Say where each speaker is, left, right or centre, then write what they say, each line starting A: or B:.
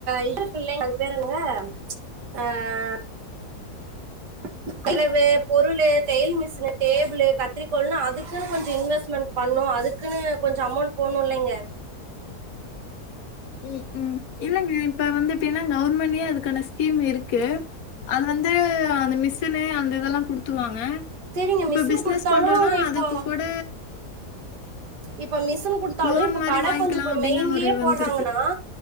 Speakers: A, on the right; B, on the left.
A: இன்ட்ரஸ்ட் இல்ல அது பேர் என்னங்க ஆ அஹ கிளவு பொருளு தயில் மிஷின் டேபிள் கத்திரிக்கோள்னு அதுக்குன் கொஞ்சோ இன்வெஸ்ட்மெண்ட் பண்ணு அதுக்குன் கொஞ்சோ அமௌண்ட் போட்ணுல்லைங்க
B: ம் ம் இல்லங்க இப்ப வந்து எப்டின்னா கவர்மெண்ட்லயே அதுக்கான ஸ்கீம் இருக்கு அது வந்து அந்த மிசினு அந்த இதெல்லா குடுத்துருவாங்க
A: சரிங்க
B: இப்ப
A: மிஷின்
B: பிசினஸ்
A: குடுத்தாலு
B: பண்றோனா
A: இப்போ
B: அதுக்கு கூட
A: இப்ப மிஷின் குடுத்தாலு
B: லோன்
A: இப்ப
B: மாரி
A: கடை
B: வாங்கிக்கலாம்
A: கொஞ்சோ இப்ப
B: அப்படிங்கிற
A: மெயின்லயே
B: ஒரு
A: போடுறாங்கனா
B: வந்திருக்கு.